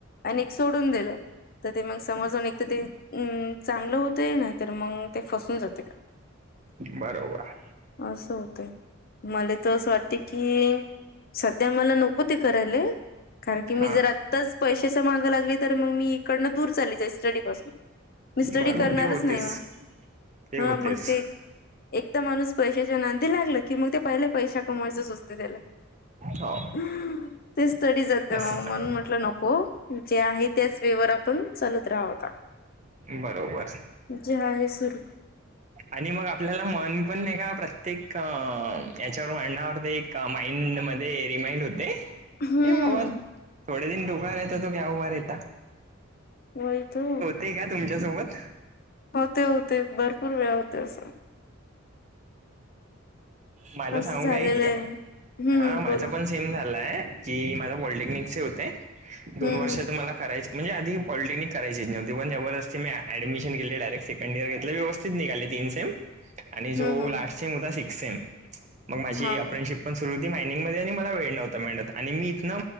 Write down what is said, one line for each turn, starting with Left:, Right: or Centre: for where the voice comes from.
Left: आणि एक सोडून दिलं तर ते मग समजऊन एक तर ते अम् चांगलं होतय नाहीतर मग ते फसून जातय.
Right: बरोबर
Left: असं होतय मला त असं वाटतय की सध्या मला नको ते करायले कारण की मी
Right: हा
Left: जर आ च पैशाच्या मागं लागली तर मग मी इकडनं दूर चाललीच आहे स्टडी पासून मी स्टडी
Right: बरोबर
Left: करणारच
Right: ते होतेच
Left: नाही वा
Right: ते
Left: हा
Right: होतेच
Left: मग ते एकदा माणूस पैशाच्या नांदी लागला की मग ते पहिले पैशा कमावायचच असते त्याला.
Right: हो
Left: <unintelligible> ते स्टडी जात मग,
Right: तसच
Left: म्हणून
Right: आहे
Left: म्हटलं नको. जे आहे त्याच वेवर ण चालत राहा आता.
Right: बरोबर
Left: जे आहे सुर
Right: आणि मग आपल्याला मन पण नाही का? प्रत्येक आ याच्यावर <unintelligible> वर ते एका माइंड मध्ये रिमाइंड होते.
Left: हम्म
Right: हे बाबा थोडे दिन रुका रेहता तो क्या हुआ रेहता.
Left: वहितो
Right: ते का तुमच्यासोबत
Left: होते होते भरपूर वेळ होते असं
Right: माझा
Left: असं
Right: सांगू
Left: झालेलं
Right: का एक
Left: आहे. हम्म
Right: हा माझं
Left: बोला.
Right: पण झालाय की माझ पॉलटेक्निक होते दोन
Left: हम्म,
Right: वर्ष तर मला करायच म्हणज आधी पॉलटेनिक करायचच नवती पण जबरस् मी ऍडमिशन केले डायरेक्ट सेकंड इयर घेतले व्यवस सि निकाली तीन सेम तो
Left: हम्म, हम्म,
Right: लास्ट
Left: हम्म.
Right: सीम होता् सिक्स सेम मग माझी
Left: हां,
Right: अप्रेनशिप
Left: हां.
Right: पण सुरुवाती मायनिंगमध्ये आणि मला वेळ नव्हता मिळत आणि मी इथन